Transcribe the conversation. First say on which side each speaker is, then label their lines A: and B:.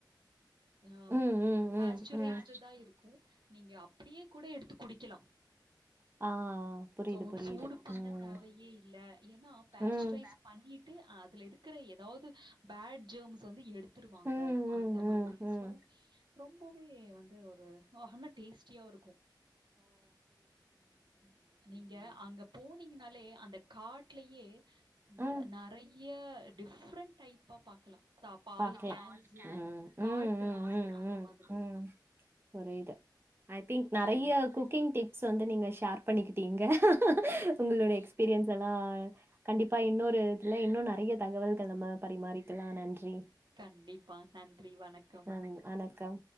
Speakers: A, on the right (about 75°); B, on the right (about 30°).
A: ஆம்
B: ம், ம்,
A: அப் பாஸ்ட்டுரைஸ்டுதா
B: ம், ம்.
A: இருக்கு நீங்க அப்டியே கூட எடுத்து குடிக்கலா
B: ஆ புரியுது,
A: சோ
B: புரியுது.
A: சூடு பண்ண
B: ம்.
A: தேவையே இல்ல ஏனா ப்பேஸ்ட்ரைஸ்
B: ம்.
A: பண்ணிட்டு அ அதுல இருக்குற எதாவ்து பேட் ஜேம்ஸ வந்து எடுத்துருவாங்க
B: ம், ம்,
A: அந்த மாதிரி
B: ம், ம்.
A: சோ ரொம்பவே வந்து ஒரு ஆ ஆனா டேஸ்ட்டியாவு இருக்கு ம் நீங்க அங்க போனீங்கனாலே அந்த காட்லயே
B: ம்.
A: ப நெறைய டிஃப்ரெண்ட் டைப்பா பாக்கலா பா பால்
B: பாக்கலாம்.
A: கேன்ஸு
B: ம்,
A: காட்டன்ஸ்சு
B: ம், ம், ம்,
A: அந்த
B: ம்,
A: மாதிரி <inaudible>
B: ம். புரியுது. ஐ திங்க் நெறைய
A: சரி.
B: குக்கிங் டிப்ஸ் வந்து நீங்க ஷேர் பண்ணிக்கிட்டீங்க உங்களோடைய எக்ஸ்பீரியன்ஸெல்லா கண்டிப்பா இன்னொரு இதுல இன்னு நெறைய தகவல் நம்ம பரிமாறிக்கலா நன்றி
A: கண்டிப்பா நன்றி வணக்கம்
B: நன் வணக்கம்.